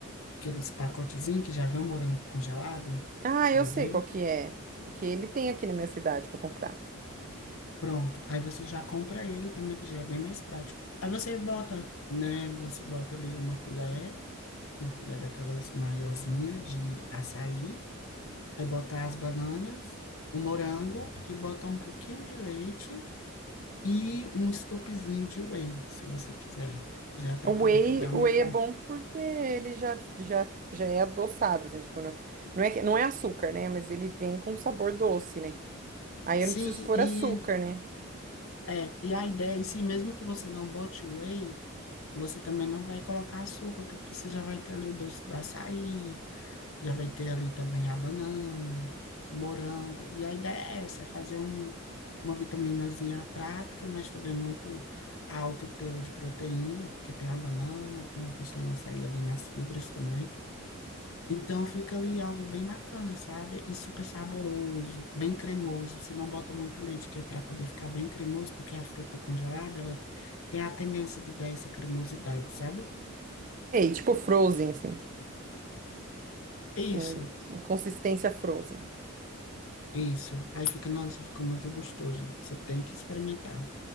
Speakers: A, on the left (about 75°); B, on the right (about 40°).
A: aqueles pacotezinhos que já vem um morango congelado.
B: Ah, eu
A: Já
B: sei
A: viu?
B: qual que é. Que ele tem aqui na minha cidade para comprar.
A: Pronto. Aí você já compra ele também, que já é bem mais prático. Aí você bota, né? Você bota ali uma colher, uma colher daquelas maiorzinha de açaí. Aí botar as bananas, o morango e botar um pouquinho de leite e um scoopzinho de whey, se você quiser, já para
B: O whey,
A: poder também aumentar.
B: o whey é bom porque ele já, já, já é adoçado, assim, tipo, não, não é, que- não é açúcar, né? Mas ele vem com sabor doce, né? Aí
A: Sim,
B: eu não preciso pôr
A: e
B: açúcar, né?
A: é, e a ideia em si, mesmo que você não bote whey, você também não vai colocar açúcar, porque você já vai ter ali o doce do açaí, Já vai ter ali também a banana, o morango. E a ideia é essa, é fazer um, uma vitaminazinha prática, mas também muito alto teor de proteína, porque tem a banana, tem a questão da açaí ali nas fibras também. Então fica ali algo bem bacana, sabe? E super saboroso, bem cremoso. Você não bota muito leite, que é para poder ficar bem cremoso, porque a fruta congelada, ela tem a tendência de dar essa cremosidade, sabe?
B: Ei, tipo frozen, assim.
A: É Isso.
B: hum, consistência frozen.
A: Isso. Aí fica, nossa, fica muito gostoso. Você tem que experimentar.